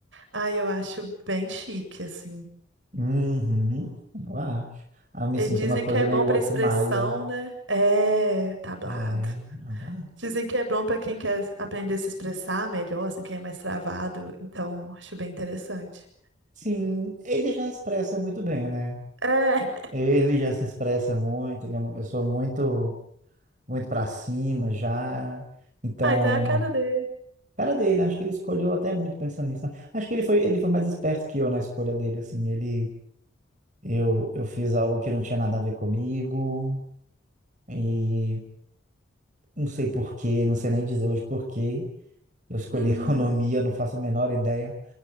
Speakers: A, on the right (about 80°); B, on the right (about 40°).
A: ai, eu acho bem chique, assim.
B: Uhum, eu acho. Ah, eu me
A: E
B: sinto
A: dizem
B: uma coisa
A: que é bom
B: meio
A: pra
B: Wolf
A: expressão,
B: Maia.
A: né? É, tablado.
B: É, abla-
A: Dizem que é bom pra quem quer aprender a se expressar melhor, assim, quem é mais travado. Então, acho bem interessante.
B: sim, ele já expressa muito bem, né?
A: É. <laughs>
B: Ele já se expressa muito, ele é uma pessoa muito, muito para cima já. Então,
A: Ah, então é a cara dele.
B: cara dele, acho que ele escolheu até muito pensando nisso. né? Acho que ele foi, ele foi mais esperto que eu na escolha dele, assim, ele, eu, eu fiz algo que não tinha nada a ver comigo e não sei por quê, não sei nem dizer hoje por quê. Eu escolhi
A: Uhum.
B: <laughs> economia, eu não faço a menor ideia.